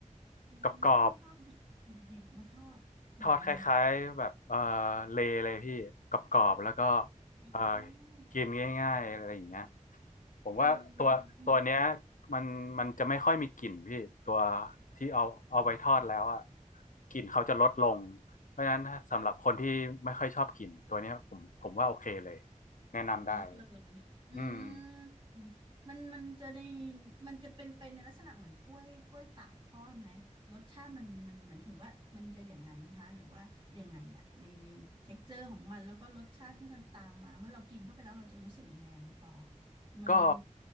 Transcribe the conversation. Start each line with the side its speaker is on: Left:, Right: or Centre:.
Right: อ๋อที่เขาดิบ
Left: กรอบกรอบ
Right: ดิบๆมาทอดอย่างนั้นไหม
Left: ทอดคล้ายๆแบบเออเลเลยพี่กรอบๆแล้วก็
Right: อื
Left: เออกินง่ายๆอะไรอย่างเงี้ย
Right: ม
Left: ผมว่าตัวตัวเนี้ย
Right: อืม
Left: มันมันจะไม่ค่อยมีกลิ่นพี่ตัวที่เอาเอาไปทอดแล้วอ่ะกลิ่นเขาจะลดลงเพราะฉะนั้นสำหรับคนที่ไม่ค่อยชอบกลิ่นตัวเนี้ยผมผมว่าโอเคเลย
Right: ค่ะ
Left: แนะนำได้
Right: เวิร์กเลยอื
Left: อืม
Right: มมันมันจะได้มันจะเป็นเป็นในลักษณะเหมือนกล้วยกล้วยตากทอดไหม รสชาติมันมันเหมือนถึงว่ามันจะอย่างนั้นไหมคะ หรือว่ายังไงอะในในเท็กเจอร์ของมันแล้วก็รสชาติที่มันตามมาเมื่อเรากินเข้าไปแล้วเราจะรู้สึกยังไงอะคุณปอมันมัน
Left: ก็